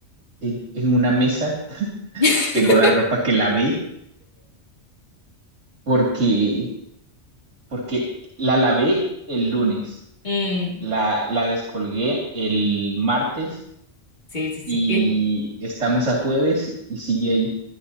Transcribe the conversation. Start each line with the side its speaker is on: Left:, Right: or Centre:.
Right: en en una mesa, <laughs>
Left: <laughs>
Right: tengo la ropa que lavé porque porque la lavé el lunes,
Left: Mm,
Right: la, la descolgué el martes
Left: sí, sí, sí.
Right: y
Left: Y,
Right: estamos a jueves y sigue ahí.